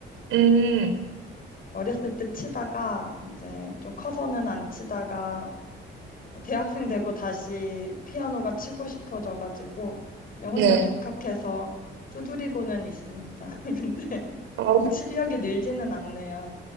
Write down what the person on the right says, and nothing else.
음,
네.
아,